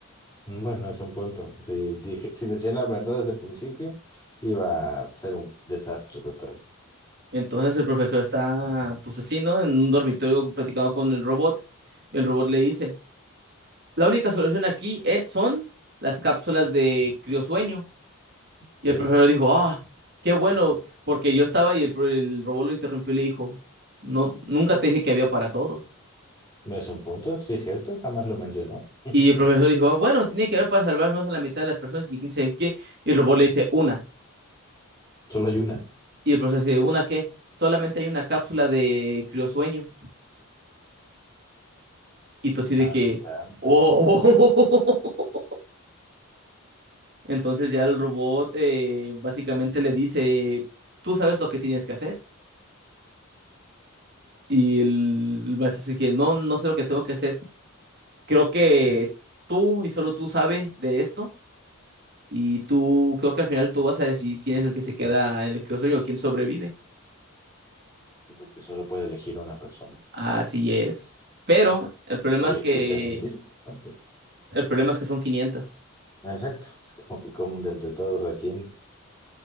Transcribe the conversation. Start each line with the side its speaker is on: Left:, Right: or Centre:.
Left: Mm, Bueno, es un punto. Si dije, si decía la verdad desde el principio, iba a ser un desastre total.
Right: Entonces el profesor está, pues así, ¿no? En un dormitorio platicando con el robot, y el robot le dice, la única solución aquí es- son las cápsulas de criosueño.
Left: ¿ok?
Right: Y el profesor dijo, ah, qué bueno, porque yo estaba y el, pro- el robot lo interrumpió y le dijo, no, nunca te dije que había para todos.
Left: Es un punto, sí, es cierto, jamás lo mencionó. <laughs>
Right: Y el profesor dijo, bueno, tiene que haber para salvar más a la mitad de las personas y quién sabe qué. Y el robot le dice, una.
Left: Solo hay una.
Right: Y el profesor así de ¿una qué? Solamente hay una cápsula de criosueño. Y tú así de
Left: Madre
Right: que,
Left: santa.
Right: ¡oh! <laughs> Entonces ya el robot eh, básicamente le dice, tú sabes lo que tienes que hacer. Y el, el maestro dice que no, no sé lo que tengo que hacer. Creo que tú y solo tú sabes de esto. Y tú, creo que al final tú vas a decir quién es el que se queda en el criosueño o quién sobrevive.
Left: Porque solo puede elegir a una persona.
Right: Así es. Pero el problema
Left: O
Right: es
Left: elegirse
Right: que,
Left: a sí mismo también.
Right: el problema es que son quinientas
Left: Exacto. Es como que como de entre todos a quién.